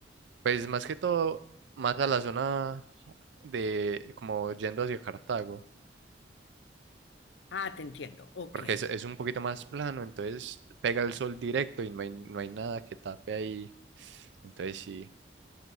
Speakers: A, on the right; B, on the left.
A: Pues más que todo, más a la zona de, como yendo hacia Cartago.
B: Ah, te entiendo. Ok.
A: porque es, es un poquito más plano, entonces pega el sol directo y no hay, no hay nada que tape ahí. Entonces sí,